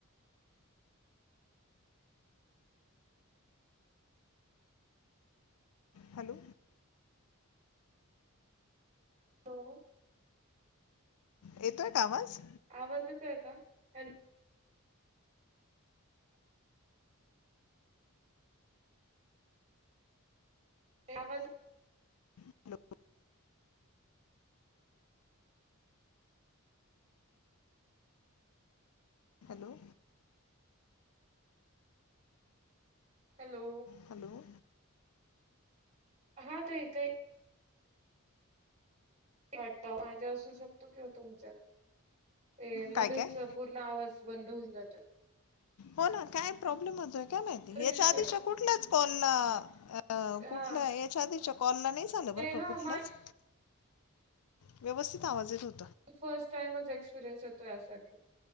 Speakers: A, on the left; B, on the right.
A: हॅलो
B: हॅलो
A: येतोय का आवाज
B: आवाज येतोय का हॅलो आवाज
A: हॅलो हॅलो
B: हॅलो
A: हॅलो
B: हा ताई काही वा माझ्या असू शकतो कि हो तुमच्या ते मध्येच
A: काय काय
B: पूर्ण आवाज बंद होऊन जातं
A: हो ना काय प्रॉब्लेम होतय का माहिती
B: तर
A: याच्या
B: किशोर
A: आधीच्या कुठल्याच कॉलला अ कुठलं
B: हा
A: याच्या आधीच्या कॉलला नाही झालं बर का
B: हा
A: कुठलंच
B: माझा
A: व्यवस्थित आवाज येत होता
B: फर्स्ट टाइमच एक्सपिरियन्स येतो यासाठी